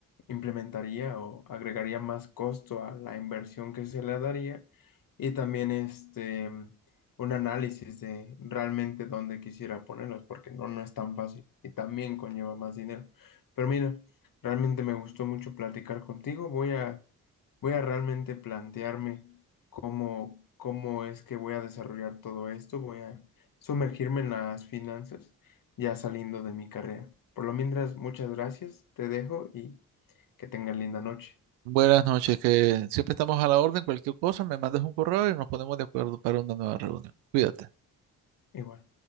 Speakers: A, on the left (about 55°); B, on the right (about 85°).
A: implementaría o agregaría más costo a la inversión que se le daría y también este un análisis de realmente dónde quisiera ponerlos porque no, no es tan fácil y también conlleva más dinero. Pero mira, realmente me gustó mucho platicar contigo. Voy a voy a realmente plantearme cómo cómo es que voy a desarrollar todo esto, voy a sumergirme en las finanzas ya saliendo de mi carrera. Por lo mientras, muchas gracias, te dejo y que tengan linda noche.
B: Buenas noches, que siempre estamos a la orden. Cualquier cosa, me mandas un correo y nos ponemos de acuerdo para una nueva reunión. Cuídate.
A: Igual.